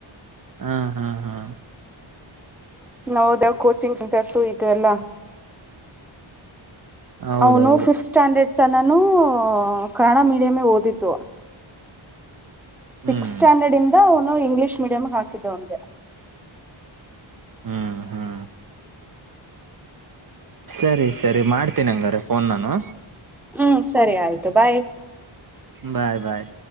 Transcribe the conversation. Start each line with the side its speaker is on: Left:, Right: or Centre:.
Right: ಹ್ಮ್ ಹಾ ಹಾ.
Centre: ಹೌದ ಕೋಚಿಂಗ್ ಸೆಂಟರ್ಸು ಇದೆ ಎಲ್ಲಾ
Right: ಹೌದೌದು
Centre: ಅವನು ಫಿಫತ್ ಸ್ಟ್ಯಾಂಡರ್ಡ್ ತನ್ನಾನು ಕನ್ನಡ ಮೀಡಿಯೇಂ ಓದಿದ್ದು ಸಿಕ್ಸ್
Right: ಹ್ಮ್
Centre: ಸ್ಟ್ಯಾಂಡರ್ಡ್ ಇಂದ ಅವನು ಇಂಗ್ಲಿಷ್ ಮೀಡಿಯಂ ಹಾಕಿದ್ದೆ ಅವನ್ಗೆ
Right: ಹ್ಮ್ ಹ್ಮ್ ಸರಿ ಸರಿ ಮಾಡ್ತೀನಿ ಹಂಗಾರೆ ಪೋನ್ ನಾನು
Centre: ಹ್ಮ್ ಸರಿ ಆಯ್ತು ಬಾಯ್
Right: ಬಾಯ್ ಬಾಯ್